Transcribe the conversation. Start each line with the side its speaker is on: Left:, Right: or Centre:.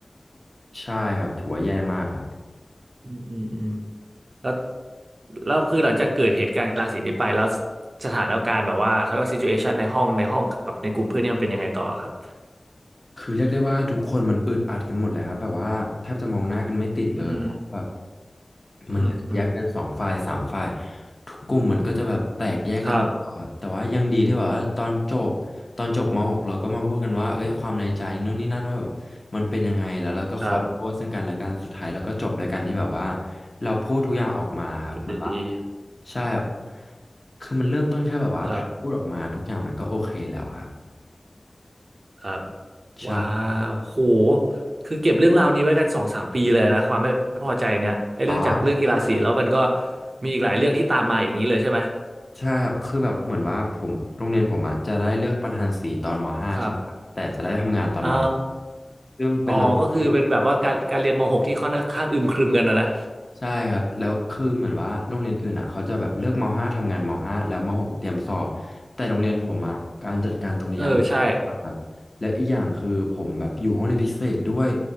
Left: ใช่ครับถือว่าแย่มากครับ
Right: อืมอืมอืมแล้ว แล้วคือหลังจากเกิดเหตุการณ์กลาสีนี้ไปแล้วสถานการณ์แบบว่าเขาเรียกว่าซิจูเอชันในห้องในห้องกับในกลุ่มเพื่อนนี่มันเป็นยังไงต่อครับ
Left: คือเรียกได้ว่าทุกคนมันอึดอัดกันหมดเลยครับแบบว่าแทบจะมองหน้ากันไม่ติดเลยครับแบบ
Right: อืมอืมอืม
Left: มันก็จะแยกเป็นสองฝ่ายสามฝ่ายทุกกลุ่มมันก็จะแบบแตกแยกกันหมดครับแต่ว่ายังดีที่แบบว่าตอนจบตอนจบมหกเราก็มาพูดกันว่าเอ้ยความในใจนู่นนี่นั่นว่าแบบมันเป็นยังไงแล้วเราก็ขอโทษซึ่งกันและกันสุดท้ายเราก็จบด้วยกันที่แบบว่า
Right: ครับครับ
Left: เราพูดทุกอย่างออกมาครับเหมือนว่า
Right: จบได้ดี
Left: ใช่ครับคือมันเริ่มต้นแค่แบบว่าถ้าพูดออกมาทุกอย่างมันก็โอเคแล้วครับ
Right: ครับครับ
Left: ใช่
Right: ว้าวโหคือเก็บเรื่องราวนี้ไว้กันสองสามปีเลยนะความไม่พอใจเนี่ยไอ้เรื่องจากเรื่องกีฬาสีแล้วมันก็
Left: อ๋อ
Right: มีอีกหลายเรื่องที่ตามมาอย่างนี้เลยใช่ไหม
Left: ใช่ครับคือแบบเหมือนว่าผมโรงเรียนผมอะจะได้เลือกประธานสีตอนมห้าใช่ไหมครับแต่จะได้ทำงานตอนม
Right: ครับอ่า
Left: .6 ซึ่งเป็นระบบที่
Right: อ๋อก็คือเป็นแบบว่าการการเรียนมหกที่ค่อนข้างอึมครึมกันนะนะ
Left: ใช่ครับแล้วคือเหมือนว่าโรงเรียนอื่นอะเขาจะแบบเลือกม .5 ทำงานมห้าแล้วมหกเตรียมสอบแต่โรงเรียนผมอะการจัดการตรงนี้ยังไ
Right: เออใช่
Left: ม่ครับแล้วอีกอย่างคือผมแบบอยู่ห้องเรียนพิเศษด้วย